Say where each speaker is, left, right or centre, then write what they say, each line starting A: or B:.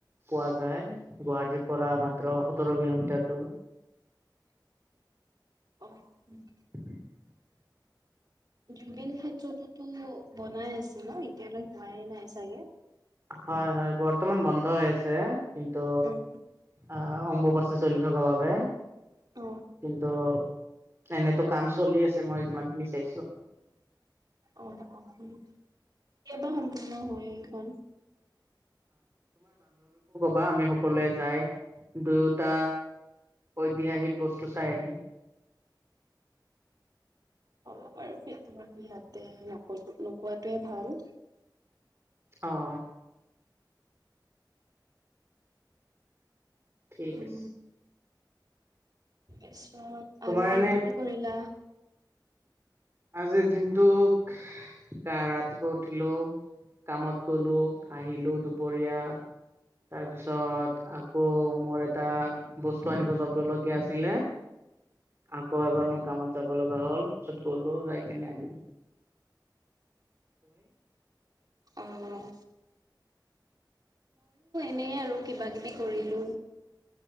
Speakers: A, on the right; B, on the right.
A: পোৱা যায়। গুৱাহাটীৰ পৰা মাত্ৰ সোতৰ কিলোমিটাৰ দূৰ।
B: অহ '।
A: <inaudible>
B: জুবিন ক্ষেত্ৰতোতো বনাই আছিল ন? এতিয়ালৈকে হোৱাই নাই চাগে।
A: হয় হয় বৰ্তমান বন্ধ হৈ আছে। কিন্তু
B: উম
A: আহ' অম্বুপাচী চলি থকাৰ বাবে
B: অ
A: কিন্তু এনেতো কাম চলি আছে মই যিমানখিনি চাইছো।
B: অ, অ, কেতিয়াবা সম্পূৰ্ণ হয় এইখন।
A: বা আমি সকলোৱে যায় দুয়োটা ঐতিহাসিক বস্তু চাই আহিম।
B: হ'ব বাৰু সেইটো ইয়াতে ন নোকোৱাটোৱে ভাল
A: অ'। ঠিক
B: উম।
A: আছে
B: তাৰ পিছত
A: তোমাৰ
B: আজি
A: এনে
B: দিনটো কি কৰিলা?
A: আজিৰ দিনটোক ৰাতিপুৱা উঠিলো। কামত গলো আহিলো দুপৰীয়া তাৰপিছত আকৌ মোৰ এটা বস্তু আনিব জব দলগীয়া আছিলে। আকৌ এবাৰ মই কামত যাব লগা হ'ল। চলো যায়ক ন আহ
B: আহ এনে আৰু কিবা কিবি কৰিলো